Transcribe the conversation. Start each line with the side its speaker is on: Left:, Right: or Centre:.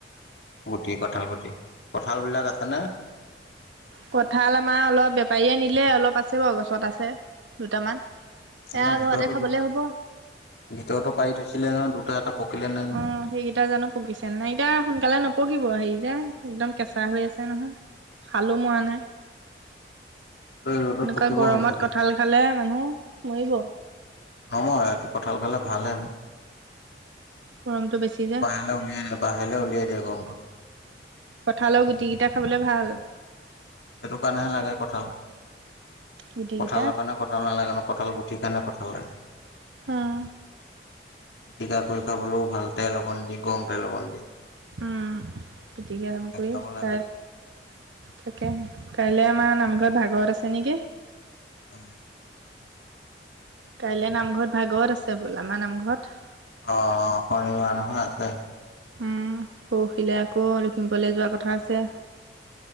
Left: গুটি কঠাল গুটি কঠাল বিলাক আছে নে
Right: কঁঠাল আমাৰ অলপ বেপাৰীয়ে নিলে অলপ আছে বাৰু গছত আছে দুটামান এয়া
Left: এনে ভিতৰতো
Right: ঘৰতে খাবলে হ'ব।
Left: ভিতৰতো পাৰি থৈছিলে নহয় দুটা এটা পকিলে নে
Right: অ সেইকেইটা জানো পকিছে নাই এতিয়া সোনকালে নপকিব হেৰি যে একদম কেঁচা হৈ আছে নহয় শালো মৰা নাই
Left: ৰ'দত
Right: এনেকুৱা
Left: পকিব
Right: গৰমত
Left: হ'ল চাগে
Right: কঠাল খালে মানুহ মৰিব
Left: নমৰে এইটো কঠাল খালে ভাল হে
Right: গৰমটো বেছি যে
Left: বাহিৰলৈ উলিয়াই দিয়ক বাহিৰলৈ উলিয়াই দিয়ে গমটো
Right: কঁঠালৰ গুটিকেইটা খাবলৈ ভাল।
Left: সেইটো কাৰণেহে লাগে কঁঠাল
Right: গুটিকেইটা।
Left: কঠালৰ কাৰণে কঁঠাল নালাগে ন কঁঠাল গুঠি কাৰণে <unintelligible>
Right: অহ।
Left: পিতিকা কৰি খাবলৈও ভাল তেল অকন দি গৰম তেল অলপ দি
Right: উ পিটিকি গৰম কৰি
Left: খাব লাগে
Right: প্ৰায় তাকে কাইলৈ আমাৰ নামঘৰত ভাগবত আছে নেকি
Left: হয়।
Right: কাইলে নামঘৰত ভাগৱত আছে বোলে আমাৰ নামঘৰত
Left: অ শনিবাৰ নহৈ আছে।
Right: উম পৰহিলে আকৌ লখিমপুৰলৈ যোৱা কথা আছে।